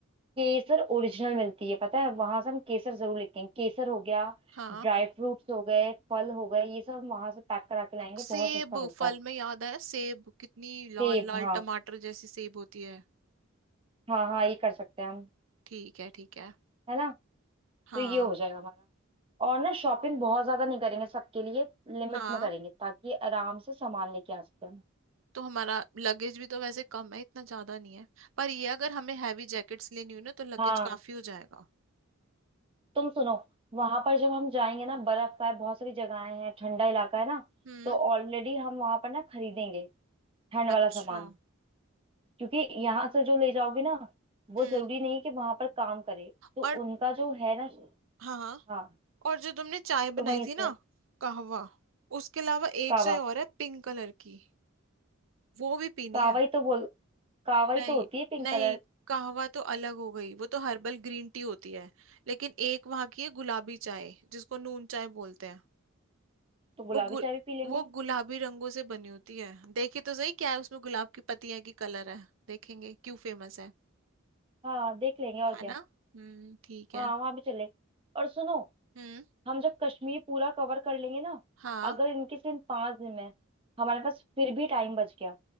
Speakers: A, on the right; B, on the right.
A: केसर ओरिजिनल मिलती है पता है वहां से हम केसर जरूर लेते हैं केसर हो गया
B: हाँ
A: ड्राई फ्रूट्स हो गए फल हो गए ये सब वहां से पैक करा के लाएंगे
B: सेब
A: बहुत सस्ता मिलता
B: फल
A: है
B: में याद आया सेब कितनी लाल
A: सेब
B: लाल
A: हाँ
B: टमाटर जैसी सेब होती है
A: हाँ हाँ ये कर सकते हैं हम
B: ठीक है ठीक है
A: है ना
B: हाँ
A: तो ये हो जाएगा हमारा और ना शॉपिंग बहुत ज्यादा नहीं करेंगे सबके लिए लिमिट
B: हाँ
A: में करेंगे ताकि आराम से सामान लेके आ सके हम।
B: तो हमारा लगेज भी तो वैसे कम है इतना ज्यादा नहीं है पर ये अगर हमें हैवी जैकेट्स लेनी हो ना तो लगेज
A: हाँ
B: काफी हो जाएगा
A: तुम सुनो वहां पर जब हम जाएंगे ना बर्फ का है, बहुत सारी जगहें हैं ठंडा इलाका है ना
B: हम्म
A: तो ऑलरेडी हम वहां पर ना खरीदेंगे ठंड
B: अच्छा
A: वाला सामान क्योंकि यहाँ से जो ले जाओगे ना वो
B: हम्म
A: जरूरी नहीं कि वहां पर काम करे तो
B: और
A: उनका जो है ना
B: हाँ हाँ।
A: हाँ
B: और जो तुमने चाय बनाई
A: तो वहीं
B: थी
A: से
B: ना कहवा उसके अलावा एक
A: कावा
B: चाय और है पिंक कलर की वो भी पीनी
A: कावा
B: है
A: ही तो बोल कावा ही
B: नहीं
A: तो होती है पिंक
B: नहीं
A: कलर
B: कहवा तो अलग हो गई वो तो हर्बल ग्रीन टी होती है लेकिन एक वहां की है गुलाबी चाय जिसको नून चाय बोलते हैं
A: तो गुलाबी
B: वो गु,
A: चाय भी पी लेंगे
B: वो गुलाबी रंगों से बनी होती है देखिए तो सही क्या है उसमें गुलाब की पत्तियां की कलर है देखेंगे क्यों फेमस है
A: हाँ देख लेंगे और
B: है
A: क्या
B: ना हम्म ठीक है
A: हाँ वहां भी चलेंगे और सुनो
B: हम्म
A: हम जब कश्मीर पूरा कवर कर लेंगे ना
B: हाँ
A: अगर इनके सिर्फ पांच दिन में हमारे पास फिर भी टाइम बच गया